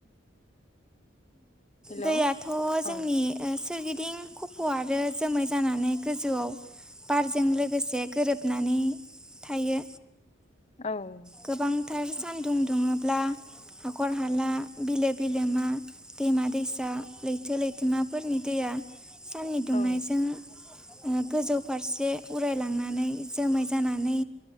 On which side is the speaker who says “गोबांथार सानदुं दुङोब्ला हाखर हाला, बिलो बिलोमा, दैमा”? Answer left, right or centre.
Centre